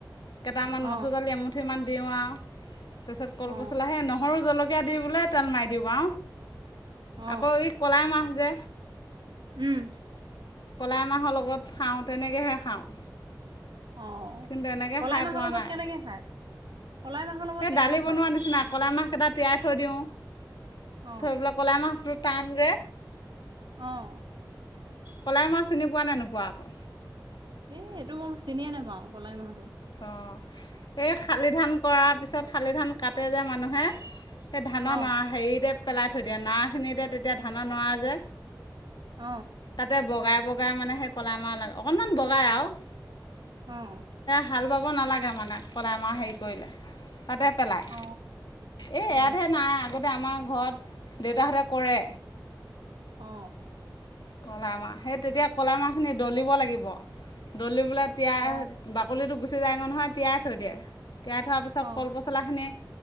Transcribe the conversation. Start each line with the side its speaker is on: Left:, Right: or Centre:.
Left: কেইটামান
Right: অ
Left: মচুৰ দালি এমুঠি ইমান দেৱা তাৰছত কল
Right: অ
Left: ব চলাহে নহৰু জলক া দি বোলে তেল মাৰি দিবা
Right: অ
Left: আকৌ এই কলাই মাহ যো
Right: উম
Left: কলাইমাহৰ লগত খাওঁ তেনেকৈহে খাওঁ
Right: অ
Left: কিন্তু এনেকৈ
Right: কলাই
Left: খাই
Right: মাহৰ
Left: পোৱা
Right: লগত
Left: নাই
Right: কেনেকে খায়? কলাই মাহৰ লগত
Left: সেই
Right: কেনেকে
Left: দালি
Right: খায়?
Left: বনোৱা নিচিনা কলাই মাহ কেইটা তিয়াই থৈ দিওঁ।
Right: অ
Left: থৈ পেলাই কলাই মাহ। টান যে
Right: অ'।
Left: কলাই মাহ চিনি পোৱা নে নোপোৱা আকৌ?
Right: এ এইটো মই চিনিয়ে নেপাওঁ কলাই মাহতো।
Left: অ' এই শালি ধান কৰাৰ পিছত শালি ধান কাটে যে মানুহে সেই ধানৰ
Right: অ
Left: নৰা হেৰিৰে পেলাই থৈ দিয়ে নৰা খিনিতে তেতিয়া ধানৰ নৰা যে
Right: অ
Left: তাতে বগাই বগাই মানে সেই কলাই মাহ লাগে অকণমান বগাই আৰু।
Right: অ'।
Left: ভাল পাব নালাগে মানে। কলাই মাহ হেৰি কৰিলে। তাতে পেলায়।
Right: অ
Left: এই
Right: অ
Left: ইয়াতহে নাই। আগতে আমাৰ ঘৰত দেউতাহঁতে কৰে।
Right: অ।
Left: কলাইমাহ। সেই তেতিয়া কলাই মাহখিনি দলিব লাগিব। দলি পেলাই এতিয়া
Right: অ
Left: বাকলিটো গুচাই নহয় তিয়াই থৈ দিয়ে। তিয়াই থোৱাৰ পিছত
Right: অ
Left: কল পচলাখিনি